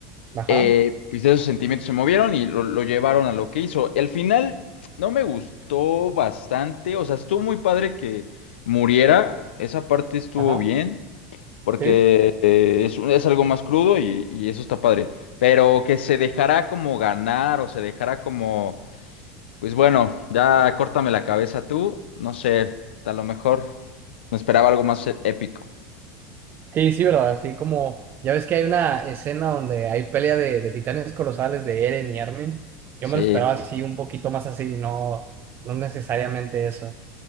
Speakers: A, on the right (about 40°); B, on the left (about 80°).
A: ajá,
B: eh, pues esos sentimientos se movieron y lo, lo llevaron a lo que hizo. El final no me gustó bastante, o sea, estuvo muy padre que muriera, esa parte estuvo
A: ajá,
B: bien, porque
A: sí.
B: eh, es, un- es algo más crudo y, y eso está padre, pero que se dejará como ganar o se dejará como, pues bueno, ya córtame la cabeza tú, no sé, a lo mejor me esperaba algo más eh, épico.
A: Sí, sí, verdad, así como, ya ves que hay una escena donde hay pelea de, de titanes colosales de Eren y Armin, yo
B: Sí,
A: me lo esperaba así un poquito más así, no, no necesariamente eso,